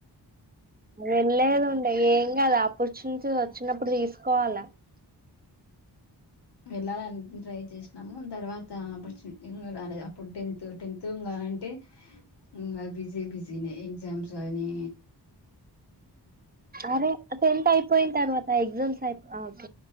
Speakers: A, on the right; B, on the left.
A: వెళ్ళేదు ఉండే ఏం కాదు ఆపర్చునిటి వ వచ్చినప్పుడు తీసుకోవాలా
B: వెళ్ళాలని ట్రై చేసినాము తర్వాత ఆపర్చ్ ఇగ్ రాలేదు అప్పుడు టెన్త్ టెన్త్ ఇంగ అంటే ఇంగా బిజి బిజి నే ఎగ్జామ్స్ కానీ
A: అరే టెన్త్ అయిపోయిన్ తర్వాత ఎగ్జామ్స్ అయి ఓకే